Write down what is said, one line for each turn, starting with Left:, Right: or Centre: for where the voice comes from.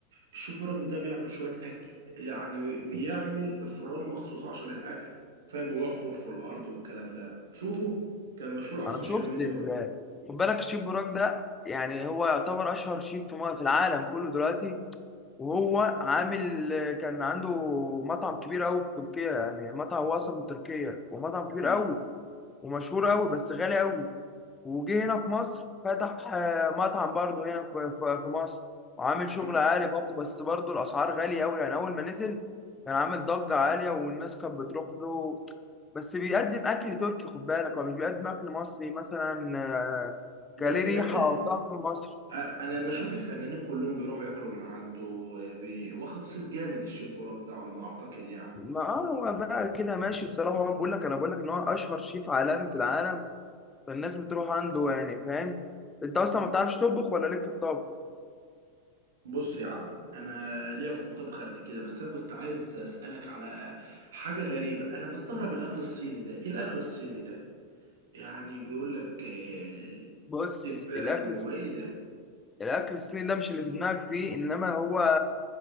Right: الشيف براك ده بيعمل شوية اكل يعني بيعمل افران مخصوص عشان الاكل فاهم ويحفر في الارض والكلام ده شوفه كان مشهور على
Left: انا
Right: السوشيال
Left: شفت
Right: ميديا
Left: ال...
Right: برضه
Left: خد بالك الشيف براك ده يعني هو يعتبر اشهر شيف في م- في العالم كله دلوقتي وهو عامل كان عنده مطعم كبير قوي في تركيا يعني مطعم هو اصلا من تركيا ومطعم كبير
Right: امم
Left: قوي ومشهور قوي بس غالي قوي وجه هنا في مصر فتح آه، مطعم برضه هنا في في- في مصر وعامل شغل
Right: امم
Left: عالي برضه بس برضه الأسعار غالية أوي يعني أول ما نزل كان عامل ضجة عالية والناس كانت بتروح له بس بيقدم أكل تركي خد بالك هو مش بيقدم أكل مصري مثلا آه،
Right: بس
Left: كان ليه ريحة
Right: الاكل
Left: أو طعم مصري
Right: أ- انا بشوف الفنانين كلهم بيروحوا ياكلوا من عنده بي... واخد صيت جامد الشيف بوراك ده على ما اعتقد يعني
Left: ما آه، هو بقى كده ماشي بصراحة هو بقول لك أنا بقول لك إن هو أشهر شيف عالمي في العالم فالناس بتروح عنده يعني فاهم أنت أصلا ما بتعرفش تطبخ ولا ليك في الطبخ
Right: بص يا عم انا ليا في الطبخ قد كده بس انا كنت عايز اسالك على حاجه غريبه انا بستغرب الاكل الصيني ده ايه الاكل الصيني ده يعني بيقول لك آه،
Left: بص
Right: دبان
Left: الأكل
Right: وايه ده
Left: الاكل الصيني ده مش اللي في دماغك فيه انما هو